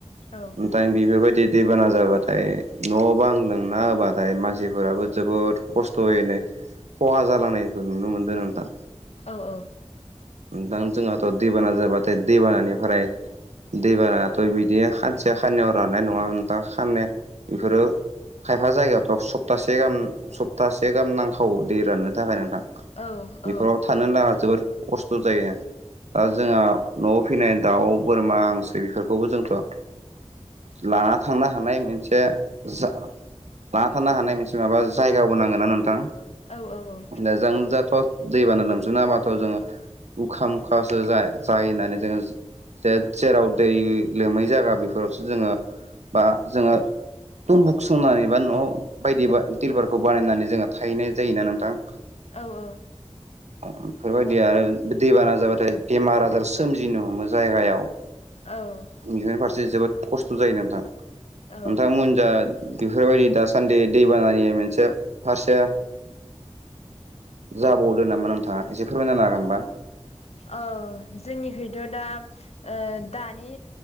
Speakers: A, on the left (about 65°); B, on the right (about 75°).
A: औ।
B: ओमफ्राय बेफोरबायदि दैबाना जाबाथाय। न बां लोंना होबाथाय मानसिफोराबो जोबोद खस्थ जायो। खहा जालांनायखौ नुनो मोनदों नोंथां।
A: औ औ।
B: दां जोंहाथ दैबाना जाबाथाय दैबानानिफ्राय। दैबानाथ' बिदि खानसेया खाननियाव रानाय नङा नोंथां खाननाय बेफोरो। खायफा जायगायावथ सप्तासे गाहाम सप्तासे गाहाम नांखाव दै राननो थाखाय नोंथां।
A: औ
B: बेफोराव
A: औ
B: थानो नाङा जोबोद खस्थ जायो दा
A: औ
B: जोंहा। न'आव फैनाय दाउ बोरमा हांसो बेफोरखौबो जोंथ'। लाना थांनो हानाय मोनसे जा लान थारानो हानाय मोनसे माबा जायगाबो नांगोना नोंथां।
A: औ औ औ।
B: द जों जाथ' दैबानानो लोमसो ना हाबाथ' जोङो उखा मुखासो जायो होननानै जोङो। जे जेराव दै लोमै जायागा बेफोरावसो जोङो बा जोङो। दुम्बुक संनानै बा न' बायदि टिलबारखौ बानायनानै जोङो थाहैनाय जायोना नोंथां।
A: औ औ।
B: बेफोरबायदि आरो। दैबाना जाबाथाय बेमार आजार सोमजिनो हमो जायगायाव
A: औ
B: बिफोरनि फारसे जोबोद खस्थ जायो नोंथां नोंथां
A: औ
B: दा बेफोरबायदि दासान्दि दैबानानि मोनसे फारसे। जाबावदो नामा नोंथाङा एसे फोरमायना हागोनबा?
A: ओ‌ जोंनिफ्रायथ' दा ओ दानि